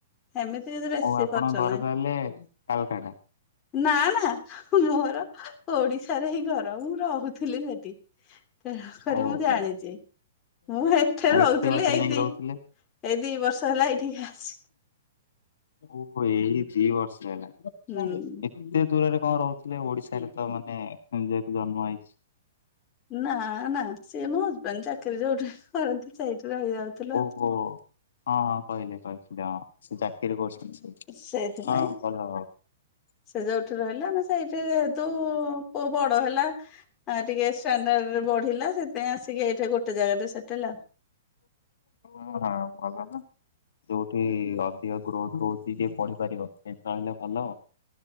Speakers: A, on the left (about 20°); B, on the left (about 75°).
A: ଏମିତି କିଛି ବେଶୀ
B: ଓ ଆପଣଙ୍କ
A: ଖର୍ଚ୍ଚ
B: ଘର
A: ନାହି,
B: ତାହେଲେ କାଲକାଟା।
A: ନା ନା। ମୋର ଓଡିଶାରେ ହିଁ ଘର, ମୁଁ ରହୁଥିଲି ସେଠି। <unintelligible>
B: ଓହୋ
A: ମୁଁ ଜାଣିଚି। ମୁଁ ହେଠେ
B: ଆଉ
A: ରହୁଥିଲି
B: ଏତେ ବାଟରେ
A: ଏଇ
B: ଯାଇକି
A: ଦି
B: ରହୁଥିଲେ
A: ଏଇ ଦି ବର୍ଷ ହେଲା ଏଇଠିକ ଆସିଚି।
B: ଓ ଏଇ ଦି ବର୍ଷ ହେଲା। <unintelligible>
A: ହୁଁ
B: ଏତେ ଦୂରରେ କଣ ରହୁଥିଲେ ଓଡିଶାରେ ତ ମାନେ ଜ ଜନ୍ମ ହେଇ
A: ନା ନା ସିଏ ମୋ ହଜବେଣ୍ଡ ଚାକିରି ଯୋଉଠି କରନ୍ତି ସେଇଠି ରହିଯାଉଥିଲୁ।
B: ଓହୋ। ହଁ ହଁ କହିଲେ କହିଥିଲେ ହଁ ସେ ଚାକିରିରେ କରୁଛନ୍ତି
A: ସେଇଥିପାଇଁ
B: ହଁ ଭଲ।
A: ସେ ଯୋଉଠି ରହିଲା ଆମେ ସେଇଠି ଯେହେତୁ, ପୁଅ ବଡ ହେଲା ଆ ଟିକେ ଷ୍ଟାଣ୍ଡାର୍ଡରେ ବଢିଲା ସେଥିପାଇଁ ଆସିକି ଏଇଠି ଗୋଟେ ଜାଗାରେ ସେଟେଲ ଆଉ।
B: ହଁ ଭଲ ତ। ଯୋଉଠି ଅଧିକ ଗ୍ରୋଥ ହଉଛି ଟିକେ ପଢିପାରିବ ସେଇଠି ରହିଲେ ଭଲ।